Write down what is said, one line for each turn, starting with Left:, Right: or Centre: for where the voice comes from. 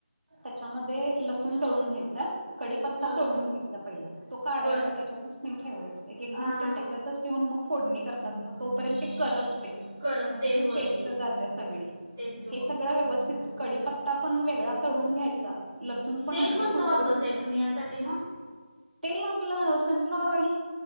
Right: त्याच्यामध्ये लसूण तळून घ्यायचा कडीपत्ता
Centre: हा
Right: तळून घ्यायचा पहिला तो काढायचा.
Centre: बर
Right: त्याच्या ठेवायचण एक एक
Centre: हा
Right: जन त्याच्यातच
Centre: हा हा
Right: ठेून मग फोडणी करतात. तोपर्यंत कर
Centre: करपते
Right: मग त्याची
Centre: होय
Right: टेस्ट
Centre: ते
Right: जात्या सगळी
Centre: टेस्ट
Right: हे
Centre: होय
Right: सगळ व्यवस्थित कडीपिता ता पण वेगळा तळून घ्यायचा लसूण पण
Centre: तेल
Right: अगदी
Centre: कोणतं
Right: कुरकुरीत.
Centre: वापरताय तुम्ही यासाठी मग
Right: तेल आपलं सनफ्लॉवर ऑइल